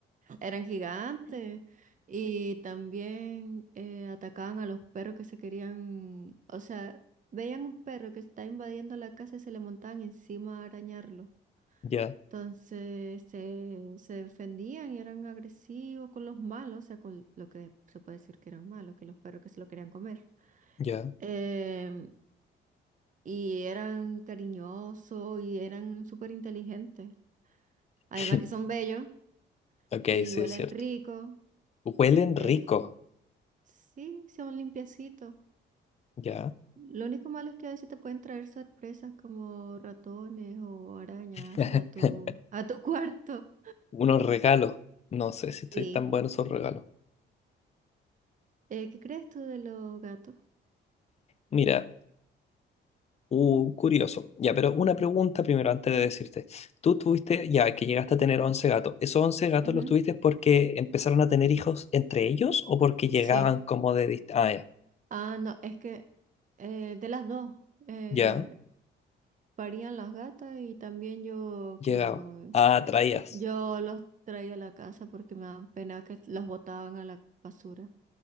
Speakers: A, on the right; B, on the left.
A: Eran gigantes y también eh, atacaban a los perros que se querían, o sea, veían un perro que está invadiendo la casa y se le montaban encima a arañarlo.
B: Ya,
A: Entonces se, se defendían y eran agresivos con los malos, o sea, con lo que se puede decir que eran malos, que los perros que se lo querían comer.
B: ya.
A: Em, y eran cariñosos y eran súper inteligentes. Además
B: <laughs>
A: que son bellos
B: Ok,
A: y
B: sí,
A: huelen
B: es cierto.
A: rico.
B: Huelen
A: eh,
B: rico.
A: Sí, sea un limpiecito.
B: Ya.
A: Lo único malo es que a veces te pueden traer sorpresas como ratones o arañas
B: <laughs>
A: hacia tu, a tu <laughs> cuarto.
B: Unos regalos. No sé
A: Sí.
B: si estoy tan buenos esos regalos.
A: Eh, ¿qué crees tú de los gatos?
B: Mira, Uh, curioso. Ya, pero una pregunta primero antes de decirte. Tú tuviste, ya que llegaste a tener 11 gatos, ¿esos once gatos
A: Ujú.
B: los tuviste porque empezaron a tener hijos entre ellos o porque llegaban
A: Sí.
B: como de dist- Ah, ya,
A: Ah, no, es que eh, de las dos eh,
B: ya,
A: parían las gatas y también yo
B: llegaba.
A: como
B: Ah, traías.
A: yo los traía a la casa porque me daban pena que los botaban a la basura.